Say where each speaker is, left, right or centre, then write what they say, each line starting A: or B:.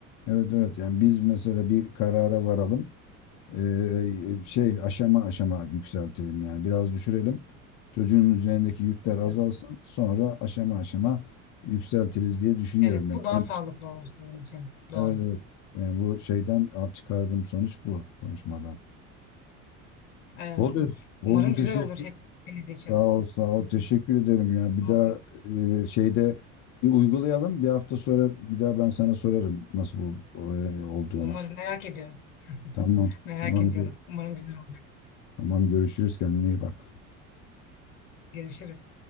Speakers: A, on the left; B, on the left.
A: evet evet. yani biz mesela bir karara varalım. Ee, şey aşama aşama yükseltelim yani biraz düşürelim. Çocuğun üzerindeki yükler azalsın.
B: Evet,
A: Sonra aşama aşama yükseltiriz diye düşünüyorum
B: Evet,
A: ben.
B: bu daha
A: Benim-
B: sağlıklı olur sizin için. Doğru.
A: evet evet. Yani bu şeyden al- çıkardığım sonuç bu konuşmadan.
B: Evet.
A: Oldu. Oldu
B: Umarım
A: teşekkür.
B: güzel olur hepiniz için.
A: Sağ ol sağ ol teşekkür ederim ya. Bir
B: <laughs>
A: daha
B: Oldu.
A: e, şeyde bir uygulayalım. Bir hafta sonra bir daha ben sana sorarım nasıl ol- e, olduğunu.
B: Umarım merak ediyorum. <laughs>
A: Tamam.
B: Merak
A: Tamam.
B: ediyorum.
A: gö-
B: Umarım güzel olur.
A: Tamam görüşürüz kendine iyi bak.
B: Görüşürüz.